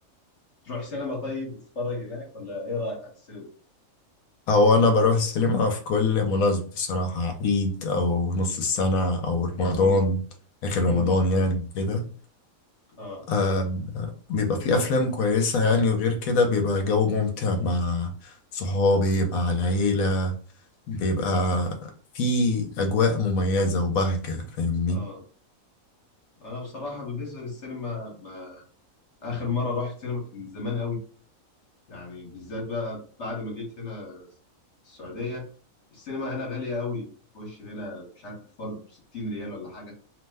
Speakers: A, on the left (about 55°); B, on the left (about 80°).
A: تروح سينما طيب تتفرج هناك ولا ايه رايك عن السينما
B: هو أنا بروح السينما في كل مناسبة بصراحة عيد أو نص السنة أو رمضان
A: امم
B: آخر رمضان
A: امم
B: يعني كده
A: اه
B: آه بيبقى في أفلام كويسة يعني وغير كده بيبقى جو ممتع مع صحابي مع العيلة بيبقى في أجواء مميزة وبهجة فاهمني
A: اه انا بصراحه بالنسبه للسينما ما اخر مره رحت سينما كان من زمان قوي يعني بالذات بقى بعد ما جيت هنا السعوديه السينما هنا غاليه قوي تخش هنا مش عارف الفرد ب 60 ريال ولا حاجه